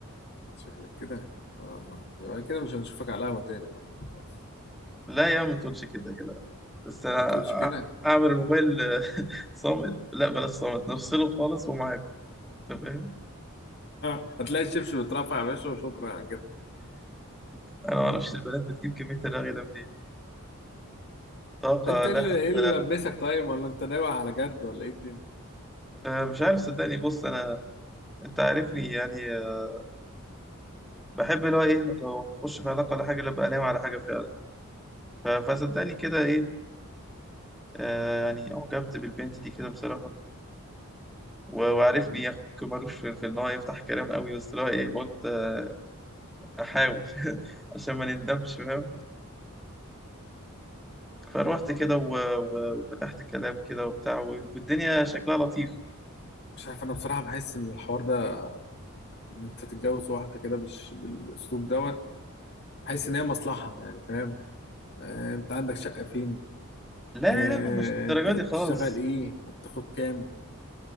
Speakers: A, on the left (about 50°); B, in the centre.
A: شكلك كده آه يبقى كده مش هنشوفك على القهوة تاني يا معلم خلاص
B: لا يا عم ما تقولش كده كده بس انا
A: ما تقولش كده
B: أع- اعمل الموبايل آه، <laughs> صامت لا بلاش صامت نفصله خالص ومعاك انت فاهم
A: آه. هتلاقي الشبشب اترفع يا باشا وشكرا على كده
B: انا ما اعرفش البنات بتجيب كميه الرغي ده منين طاقه
A: أنت
B: لا
A: إيه اللي
B: حدود
A: إيه اللي
B: لها
A: لبسك طيب ولا أنت ناوي على جد ولا إيه الدنيا؟
B: آه، مش عارف صدقني بص انا انت عارفني يعني آه، بحب اللي هو ايه لو اخش في علاقه ولا حاجه لا ابقى ناوي على حاجه فعلا ف- فصدقني كده ايه آه يعني أعجبت بالبنت دي كده بصراحة و- وعارفني
A: مم.
B: يا أخوك ملوش في, في إن هو يفتح كلام قوي بس اللي هو إيه قلت آه أحاول <laughs> عشان ما نندمش فاهم فروحت كده و... و... وفتحت كلام كده وبتاع و... والدنيا شكلها لطيف
A: مش عارف أنا بصراحة بحس إن الحوار ده إن أنت تتجوز واحدة كده بالش... بالأسلوب دوت بحس إن هي مصلحة يعني فاهم آه أنت عندك شقة فين؟
B: لا لا
A: آه
B: لا مش للدرجة
A: أنت بتشتغل
B: دي خالص
A: إيه وبتاخد كام؟